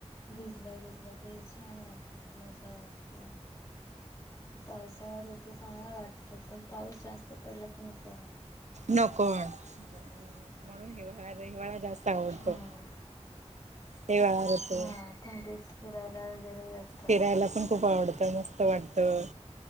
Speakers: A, on the left (about 25°); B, on the right (about 80°).
A: भिजलं भिजलं की छान वाटत मजा वाटत पावसाळा्या ऋत चांगला वाटत तो पण पाऊस जास्त पडला की नको आहे
B: नकणमणूनवा जास्त आवडतो
A: हम्म
B: तेवहार होते
A: हा थंडीच फिरायला वगैरे येत
B: फिरांयंला पणं खूप आवडतं मस्त वाटतं